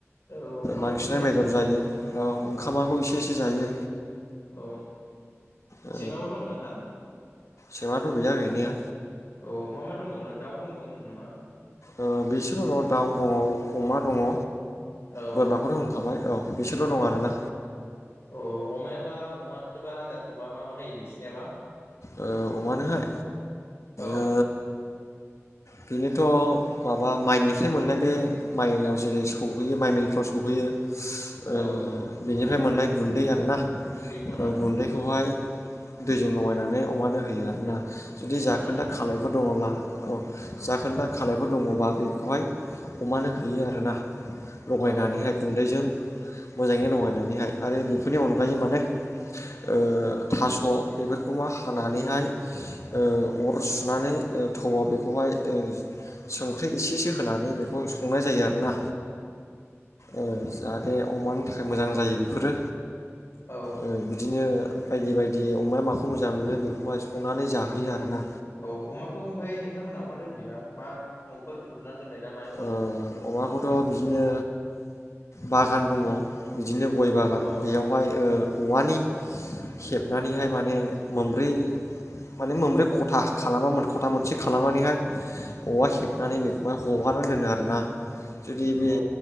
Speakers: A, on the left; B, on the left.
A: औ ओंखामफोरबो
B: बांसिना
A: जायोदां
B: बेदर
A: ना
B: जायो औ ओंखामाबो
A: औ
B: एसे एसे जायो
A: औ
B: ओ
A: सैमाबो दंदां ना
B: सैमाथ' गैया गैनाया।
A: औ मा मा दंबावनो दाउ दंबावो होनदोंमोन नामा?
B: ओ बिसोरबो दङ दाउ दङ अमा दङ।
A: औ
B: बोरमाखौथ' होनखाबाय औ बिसोरल' दं
A: औ
B: आरोना
A: औ अमायाबा अमानोबा आदारखौबा मा मा होयो नों सिनियाबा।
B: ओ अमानोहाय
A: औ
B: ओ बेनोथ' माबा माइनिफ्राय मोननाय बे मायाव जेरै सौहैयो माइ मिलफ्राव सौहैयो। ओ
A: औ
B: बेनिफ्राय मोननाय गुन्दै आरोना
A: गुन्दैखौ ना
B: ओ गुन्दैखौहाय दैजों लगायना। माने अमानो होयो आरो ना। जुदि
A: संनानै
B: जाखोन्दा
A: ना
B: खालायफोर दङब्ला। औ। जाखोन्दा
A: औ
B: खालायफोर दङबा बेखौहाय अमानो हैयो आरोना। लगायनानैहाय
A: औ
B: गुन्दैजों। मोजाङै लगायनानैहाय आरो बेफोरनि अनगायै माने ओ थास' बेफोर खौ मा हानानैहाय ओ अर सुनानै थौआव बेखौहाय ओ संख्रि एसेसो होनानै बेखौ संनाय जायो आरोना। ओ जा बे अमानि थाखाय मोजां जायो बेफोरो।
A: औ
B: ओ बिदिनो बायदि बायदि अमाया मा खौ मोजां मोनो बेखौहाय संनानै जाहोयो आरो ना
A: औ अमाखौ ओमफाय नोंथांमोना अहा दोनो बेबा मा न'फोर लुनानै दोननाय ना मायाव दोनो
B: ओ अमाखौथ' बिदिनो बागान दङ बिदिनो गय बागान
A: औ
B: बेयावहाय ओ औवानि हेबनानैहाय माने मोनब्रै माने मोनब्रै खथा खालामा खथा मोनसे खालामनानैहाय औवा हेबनानै बेखौ हगारनानै दोनो आरो ना जुदि बे
A: औ